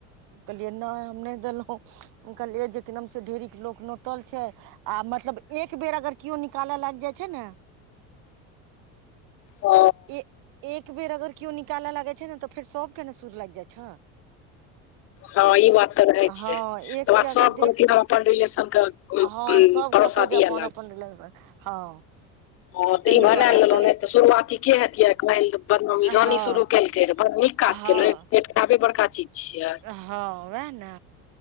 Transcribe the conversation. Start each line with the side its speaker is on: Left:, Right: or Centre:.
Right: कहलिये न हम नहि देलहुं कहलिये जेक न ढेरी लोक नोतल छै आ म जब एक बेर अगर केओ निकालऽ लागि जाइ छै ने
Left: ओ
Right: ए एक बेर अगर केओ निकालऽ लागे छै ने तऽ फेर सबके ने सुर लागि जाइ छ
Left: हँ ई बात तऽ रहे छै
Right: हँ एकके
Left: त बाद सब
Right: अगर देख
Left: कह अपन रिलेशन के
Right: हँ सब
Left: परोसा
Right: कहते जे
Left: दिए
Right: अपन अपन रिलेशन हँ
Left: ह तऽ
Right: ताहि
Left: ई बनाय
Right: दुआरे
Left: लेलोंनतऽ
Right: हम कहलियै
Left: शुरुआती के हेतिरहे बदनामी रानी
Right: हँ
Left: शुरू केलकै रे बर निक काज
Right: हँ
Left: केलैत लएक पेट बड़का चीज छिय
Right: हँ वएह ने